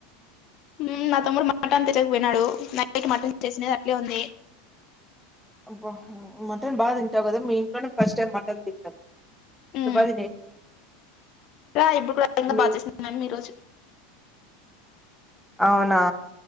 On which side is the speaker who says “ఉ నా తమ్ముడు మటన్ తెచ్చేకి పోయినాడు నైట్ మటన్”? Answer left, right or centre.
Left